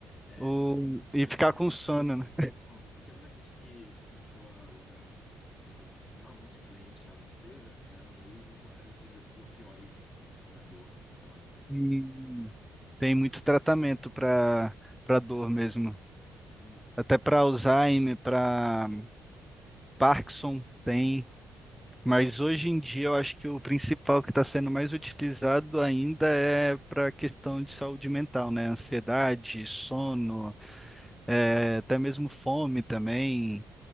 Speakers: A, on the left (about 35°); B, in the centre.
A: É,
B: ou
A: e aí tinha
B: e ficar
A: muita,
B: com sono, né?
A: vamos falando, e tinha muita gente que começou a usar maconha medicinal, muitos clientes lá da empresa eram ex-usuários de, de opioides, assim, né, para dor crônica.
B: <laughs> Tem muito tratamento para para dor mesmo.
A: Muito, cara.
B: Até para Alzheimer, para Parkinson tem. Mas hoje em dia eu acho que o principal que está sendo mais utilizado ainda é para a questão de saúde mental, né? Ansiedade, sono,
A: Sim.
B: eh, até mesmo fome também.